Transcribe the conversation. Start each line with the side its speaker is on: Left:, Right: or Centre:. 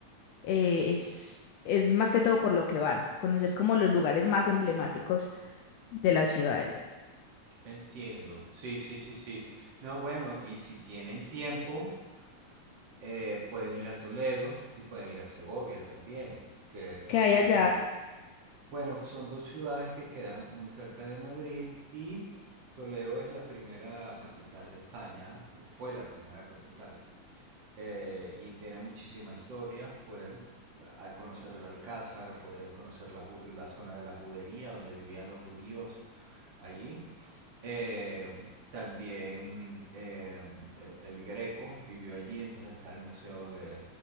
Left: eh, es es más que todo por lo que van a conocer como los lugares más emblemáticos de las ciudades.
Right: Entiendo. Sí, sí, sí, sí. No, bueno, y si tienen tiempo, eh, pueden ir a Toledo y pueden ir a Segovia también, que son
Left: Que hay
Right: dos
Left: allá
Right: ciudades. Bueno, son dos ciudades que quedan muy cerca de Madrid y Toledo es la primera capital de España, fue la primera capital eh, y tiene muchísima historia. Puedes conocer el Alcázar, puedes conocer la, la zona de la judería donde vivían los judíos allí. Eh, también eh, el, el Greco vivió allí, entonces está el Museo de-